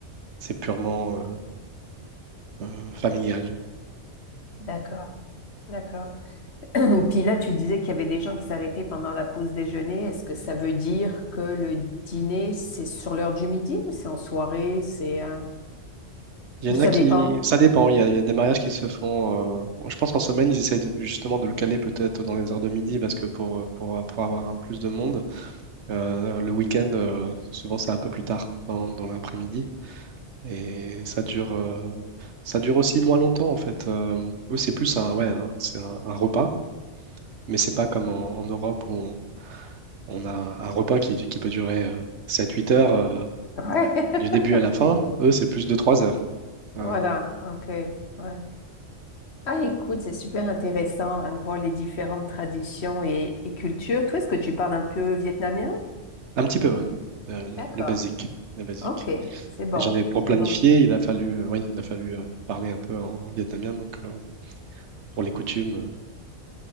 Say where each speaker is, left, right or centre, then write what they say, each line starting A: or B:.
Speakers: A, on the right; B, on the left.
A: c'est purement euh, euh, familial.
B: d'accord. D'accord. <clears throat> Puis là, tu disais qu'il y avait des gens qui s'arrêtaient pendant la pause déjeuner. Est-ce que ça veut dire que le dîner, c'est sur l'heure du midi ou c'est en soirée? C'est... euh,
A: Il
B: Ou
A: y en
B: ça
A: a qui,
B: dépend?
A: ça dépend. Il y a, il y a des mariages qui se font. euh, je pense en semaine, ils essaient de- justement de le caler peut-être dans les heures de midi parce que pour, pour, pour avoir un plus de monde. Euh, le week-end, euh, souvent, c'est un peu plus tard dans, dans l'après-midi. Et ça dure, euh, ça dure aussi moins longtemps, en fait. Euh, eux, c'est plus un, ouais, un- c'est un, un repas, mais c'est pas comme en, en Europe où on, on a un repas qui, qui peut durer sept huit heures euh,
B: Ouais.
A: du début
B: <laughs>
A: à la fin. Eux, c'est plus de 3 heures. Euh,
B: Voilà, ok. Ouais. Ah, écoute, c'est super intéressant hein, de voir les différentes traditions et, et cultures. Toi, est-ce que tu parles un peu vietnamien?
A: un petit peu, ouais. Euh,
B: D'accord.
A: le le basique, le basique.
B: Ok. C'est bon.
A: Et j'en ai pour
B: C'est
A: planifier,
B: bon.
A: il a fallu, euh, oui, il a fallu euh, parler un peu en, en vietnamien, donc euh, pour les coutumes, euh,